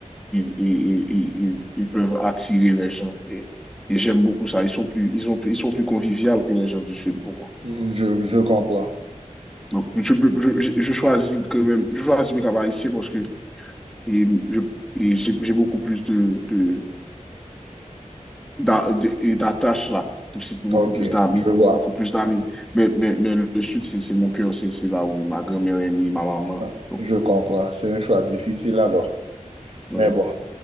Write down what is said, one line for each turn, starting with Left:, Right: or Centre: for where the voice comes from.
Centre: ils, ils, ils, ils- ils peuvent attirer les gens. Et, et j'aime beaucoup ça. Ils sont plus, ils ont plus, ils sont plus conviviaux que les gens du Sud pour moi.
Right: Hmm, Je, je comprends.
Centre: Donc, je, peux- je, je- je choisis quand même, je choisis le Cap-Haïtien parce que et je- et j'ai j'ai beaucoup plus de, de, d'a- de- et d'attaches là, aussi pour beaucoup
Right: OK,
Centre: plus d'amis,
Right: je vois.
Centre: beaucoup plus d'amis. Mais, mais, mais le sud, c'est c'est mon cœur, c'est c'est là où ma grand-mère est née, ma maman.
Right: Ah,
Centre: Donc,
Right: Je comprends. C'est un choix difficile alors.
Centre: oui,
Right: Mais bon,